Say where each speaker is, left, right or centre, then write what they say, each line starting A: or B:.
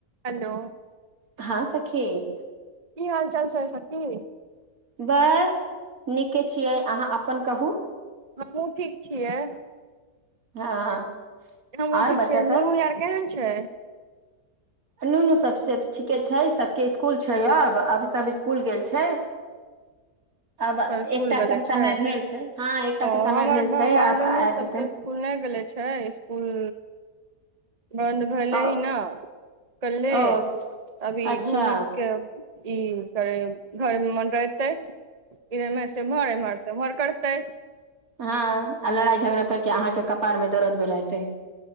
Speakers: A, on the right; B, on the right.
A: Hello.
B: हँ, सखी।
A: कि हाल चाल छै, सखी।
B: बस नीके छियै अहाँ अपन कहू।
A: हमहुँ ठीक छियै।
B: हँ।
A: हँ,
B: आर
A: ठीक
B: बच्चा
A: छै,
B: सब
A: नू यार केन छै।
B: नुनु सभसँ ठीके छै, सभके स्कूल छै अब सभ स्कूल गेल छै।
A: <inaudible>
B: अब एकटा
A: स्कुल भेले
B: के समय
A: छै,
B: भेल छै हँ एकटा
A: ओ
B: के समय
A: हमर
B: भेल छै आब
A: दु
B: आबि
A: सभ।
B: जेतै
A: स्कूल नहि गेले छै स्कूल बन्द भेले
B: ओ
A: हि न कल्हे
B: ओ
A: अभी
B: अच्छा
A: घुम के ई कर घर मन रहते। इ, एने से उम्हार, इमर से उमर करतै
B: हँ, आ लड़ाई झगड़ा करके अहाँकेँ कपार मे दरद भेल रहते।